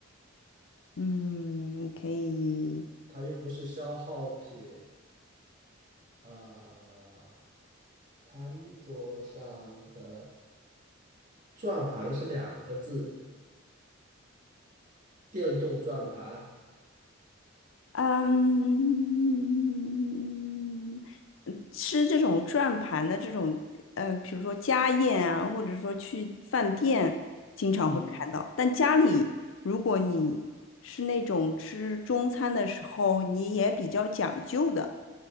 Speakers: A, on the left; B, on the right.
A: 嗯，你可以，
B: 它又不是消耗品，啊，餐桌上的转盘是两个字，电动转盘，
A: 嗯，嗯吃这种转盘的这种，嗯、比如说家宴啊，或者说去饭店经常会看到。
B: 嗯，
A: 但家里，如果你是那种吃中餐的时候，你也比较讲究的，